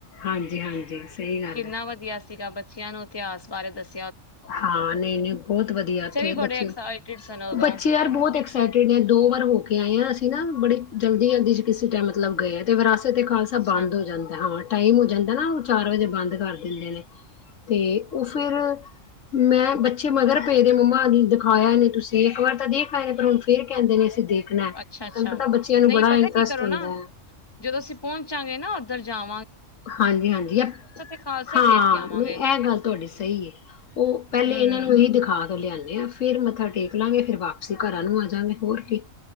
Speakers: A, on the left; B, on the left.
A: ਹਾਂਜੀ-ਹਾਂਜੀ, ਸਹੀ ਗੱਲ
B: ਕਿੰਨਾ
A: ਹੈ।
B: ਵਧੀਆ ਸੀਗਾ ਬੱਚਿਆਂ ਨੂੰ ਇਤਿਹਾਸ ਬਾਰੇ ਦੱਸਣਾ।
A: ਹਾਂ, ਨਹੀਂ-ਨਹੀਂ ਬਹੁਤ ਵਧੀਆ ਇੱਥੇ
B: ਵੀ
A: ਬੱਚੇ।
B: ਬੜੇ ਐਕਸਾਈਟਿਡ ਸਨ ਉਦੋਂ
A: ਬੱਚੇ ਯਾਰ ਬਹੁਤ ਐਕਸ- ਇਕ-ਦੋ ਵਾਰ ਹੋ ਕੇ ਆਏ ਹਾਂ। ਅਸੀਂ ਨਾ ਬੜੇ ਜਲਦੀ ਜਲਦੀ, ਕਿਸੇ ਟਾਈਮ ਮਤਲਬ ਗਏ ਆ ਤੇ ਫਿਰ ਵਿਰਾਸਤ - -ਏ -ਖਾਲਸਾ
B: ਅੱਛਾ
A: ਬੰਦ ਹੋ ਜਾਂਦਾ ਹਾਂ। ਟਾਈਮ ਹੋ ਜਾਂਦਾ ਨਾ, ਉਹ ਚਾਰ ਵਜੇ ਬੰਦ ਕਰ ਦਿੰਦੇ ਨੇ ਤੇ ਉਹ ਫੇਰ- ਮੈਂ ਬੱਚੇ ਮਗਰ ਪਏ ਦੇ ਮੰਮਾ ਨੇ ਦਿਖਾਇਆ ਨਹੀ ਤੁਸੀਂ, ਇੱਕ ਵਾਰ ਤਾਂ ਦੇਖ ਆਏ ਨੇ, ਪਰ ਹੁਣ ਫੇਰ ਕਹਿੰਦੇ ਨੇ ਅਸੀ ਦੇਖਣਾ। ਤੁਹਾਨੂੰ
B: ਅੱਛਾ, ਅੱਛਾ
A: ਪਤਾ ਬੱਚਿਆਂ ਨੂੰ
B: ਨਹੀਂ
A: ਬੜਾ
B: ਪਤਾ
A: ਇੰਟਰਸਟ
B: ਕੀ ਕਰੋ
A: ਹੁੰਦਾ
B: ਨਾ,
A: ਹੈ
B: ਜਦੋਂ ਅਸੀਂ ਪਹੁੰਚਾਂਗੇ ਨਾ- ਦਰ ਜਾ-
A: ਹਾਂਜੀ, ਹਾਂਜੀ ਆ
B: ਖਾਲਸਾ
A: ਹਾਂ
B: ਹੀ ਦੇਖ ਕੇ ਆਵਾਂਗੇ
A: ਨਹੀਂ ਇਹ ਗੱਲ ਤੁਹਾਡੀ ਸਹੀ ਹੈ। ਉਹ ਪਹਿਲੇ
B: ਹੂੰ
A: ਇਹਨਾਂ ਨੂੰ ਇਹੀ ਦਿਖਾ ਤੋਂ ਲਿਆਣਾ। ਫੇਰ ਮੱਥਾ ਟੇਕ ਲਾਂਗੇ ਫੇਰ ਵਾਪਸੀ ਘਰਾਂ ਨੂੰ ਆ ਜਾਂਗੇ ਹੋਰ ਕੀ।